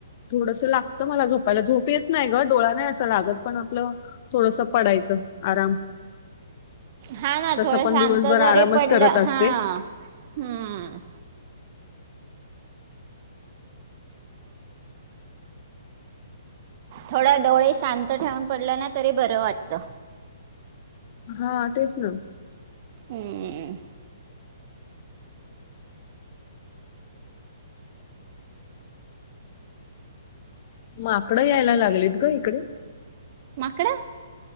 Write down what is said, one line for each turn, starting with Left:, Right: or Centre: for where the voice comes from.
Left: थोडस लागतं मला झोपायला झोप येत नाही ग डोळा नाही असं लागत पण आपलं थोडस पडायचं आराम
Right: हा ना
Left: तसं
Right: थोडं
Left: पण
Right: शांत
Left: दिवसभर
Right: जरी
Left: आरामच
Right: पडलं
Left: करत असते
Right: हा हा‌ हम्म. थोडा डोळे शांत ठेवून पडला ना तरी बरं वाटत.
Left: हा तेच ना..
Right: हम्मम.
Left: माकडं यायला लागलेत ग इकडे.
Right: माकडं?